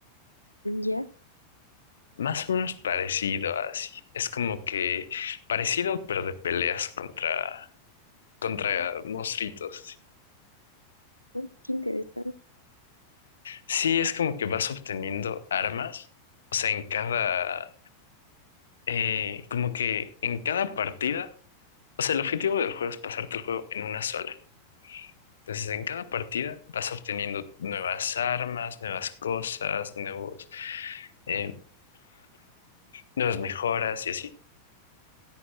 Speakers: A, on the left; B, on the left.
A: Mm, Ya,
B: Más o menos parecido así. Es como que parecido, pero de peleas contra, contra monstruitos. así.
A: oh, qué interesante,
B: Sí, es como que vas obteniendo armas. O sea, en cada, eh, como que en cada partida, o sea, el objetivo del juego es pasarte el juego en una sola. Entonces, en cada partida vas obteniendo nuevas armas, nuevas cosas, nuevos, eh, nuevas mejoras y así.